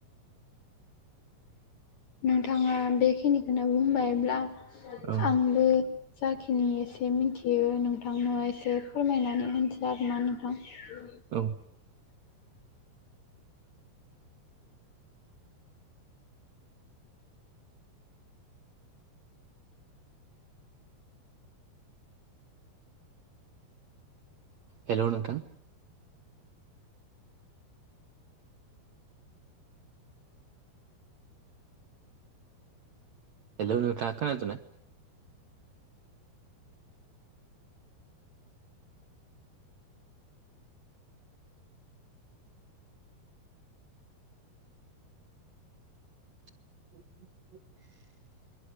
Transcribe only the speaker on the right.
ओं
औ हेलौ नोंथां हेलौ नोंथाङा खोनादोंना? <inaudible>